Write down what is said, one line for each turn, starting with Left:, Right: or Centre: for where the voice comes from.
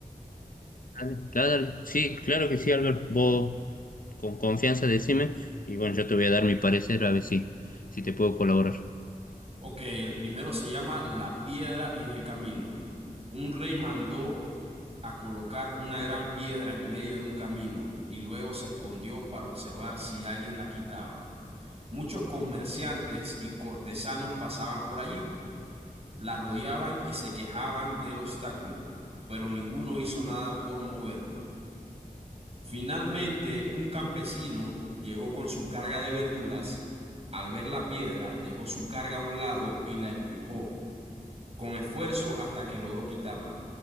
Left: Dale, dale, dale. Sí, claro que sí, Albert. Vos con confianza decime y bueno, yo te voy a dar mi parecer a ver si, si te puedo colaborar.
Right: Ok, el primero se llama La piedra en el camino. Un rey mandó a colocar una gran piedra en medio de un camino y luego se escondió para observar si alguien la quitaba. Muchos comerciantes y cortesanos pasaban por allí, la rodeaban y se quejaban del obstáculo, pero ninguno hizo nada por moverla. Finalmente, un campesino llegó con su carga de verduras. Al ver la piedra, dejó su carga a un lado y la empujó con esfuerzo hasta que logró quitarla.